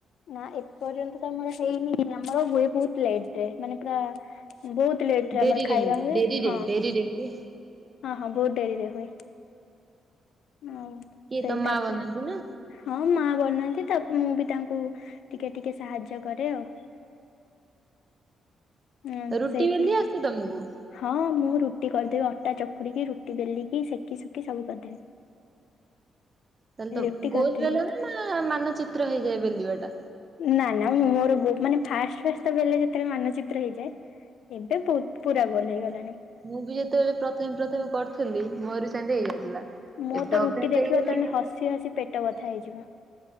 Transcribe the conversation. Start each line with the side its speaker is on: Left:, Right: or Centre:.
Left: ନା ଏପର୍ଯ୍ୟନ୍ତ ତ ଆମର ହେଇନି ଆମର ହୁଏେ ବହୁତ ଲେଟରେ ମାନେ ପୁରା। ବହୁତ ଲେଟ ରେ
Right: ଡେରିରେ
Left: ଆମର ଖାଇବା ହୁଏ
Right: ଡେରିରେ
Left: ହଁ
Right: ଡେରିରେ ହୁଏ
Left: ହଁ ହଁ ବହୁତ ଡେରିରେ ହୁଏ। ହୋଉ
Right: କିଏ
Left: ସେଇ
Right: ତମ
Left: ତାପରେ?
Right: ମା ବନାନ୍ତି ନା?
Left: ହଁ ମା ବନାନ୍ତି ତାପରେ ମୁଁ ବି ତାଙ୍କୁ ଟିକେ ଟିକେ ସାହାଯ୍ୟ କରେ ଆଉ। ଉଁ
Right: ରୁଟି
Left: ସେଇଥିରେ
Right: ବେଲି ଆସେ ତମକୁ?
Left: ହଁ ମୁଁ ରୁଟି କରିଦେବି ଅଟା ଚକୁଡ଼ିକି ରୁଟି ବେଲିକି ସେକି ସୁକି ସବୁ କରିଦେବି।
Right: ତାହାଲେତ
Left: ରୁଟି
Right: ଗୋଲ
Left: କରିଦେବି
Right: ବେଲ ନା ନା ମାନଚିତ୍ର ହେଇଯାଏ ବେଲିବା ଟା?
Left: ନା ନା ମୁଁ ମୋରୋ ମାନେ ଫାଷ୍ଟ ଫାଷ୍ଟ ବେଲେ ଯେତେବେଳେ ମାନଚିତ୍ର ହେଇଯାଏ। ଏବେ ବହୁତ ପୁରା ଗଲ ହେଇଗଲାଣି।
Right: ମୁଁ ବି ଯେତେବେଳେ ପ୍ରଥମେ ପ୍ରଥମେ କରିୁଥିଲି ମୋର ସେମିତି ହେଇଯାଉଥିଲା।
Left: ମୋ
Right: ଏବେ
Left: ତ
Right: ଅଭ୍ୟାସ
Left: ରୁଟି ଦେଖିବ
Right: ହେଇଗଲାଣି
Left: ତମେ ହସି ହସି ପେଟ ବଥା ହେଇଯିବ।